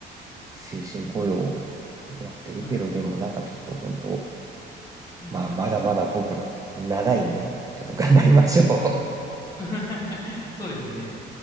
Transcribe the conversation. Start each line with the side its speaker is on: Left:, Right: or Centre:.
Right: 終身雇用終わってるけど、
Left: はい。
Right: でもなんかちょっと本当、
Left: うん、
Right: まあまだまだ僕ら長いんで、ちょっと頑張りましょう。
Left: うん。うん。<laughs> そうですね。